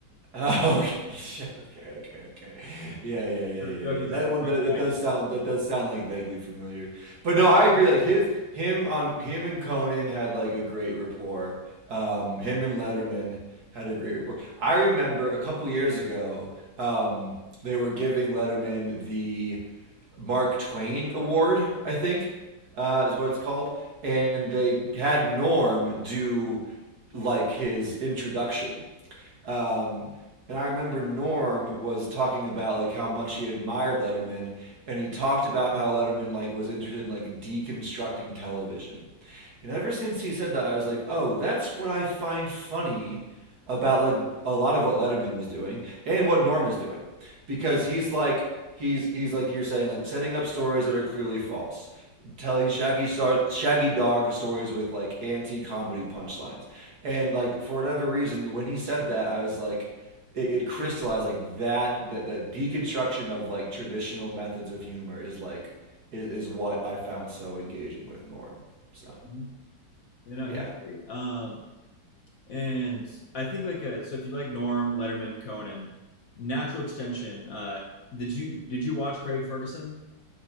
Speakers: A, on the right (about 55°); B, on the left (about 55°).
A: Oh, <laughs> okay, okay, okay, okay. Yeah, yeah, yeah,
B: So the
A: yeah,
B: joke
A: yeah.
B: is
A: That
B: that the
A: one
B: drunk,
A: do- that does sound that does sound like vaguely familiar. But no, I agree. Like his him on him and Conan had like a great rapport. Um, him and Letterman had a great rapport. I remember a couple years ago, um, they were giving Letterman the Mark Twain Award, I think uh, is what it's called, and they had Norm do like his introduction. Um, and I remember Norm was talking about like how much he admired Letterman, and he talked about how Letterman like was interested in like deconstructing television. And ever since he said that, I was like, oh, that's what I find funny about like a lot of what Letterman was doing and what Norm is doing, because he's like he's he's like you're saying like setting up stories that are clearly false telling Shaggy star- Shaggy Dog stories with like anti comedy punchlines. And like for whatever reason, when he said that, I was like, it, it crystallized like that That the deconstruction of like traditional methods of humor is like is, is what I found so engaging with Norm. So
B: mm-hmm. you know
A: yeah.
B: he's great. Um, And I think like uh so if you like Norm, Letterman, Conan, Natural Extension, uh did you did you watch Craig Ferguson?